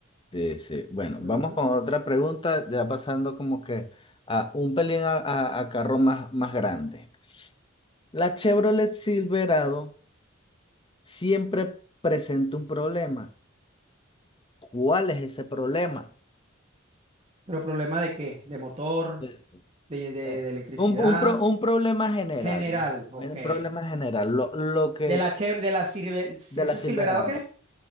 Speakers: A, on the left (about 25°); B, on the right (about 30°).
A: sí, sí. Bueno,
B: Ujú.
A: vamos con otra pregunta, ya pasando como que a un pelín a, a- a carro más, más grande. La Chevrolet Silverado siempre presenta un problema. ¿Cuál es ese problema?
B: Pero problema de qué? De motor,
A: Eh,
B: de, de-
A: eh,
B: de electricidad,
A: Un, un pro- un problema general.
B: general, ok.
A: Un problema general. Lo, lo que
B: De la chev de la Silver, ¿ese
A: de la Silverado.
B: Silverado qué?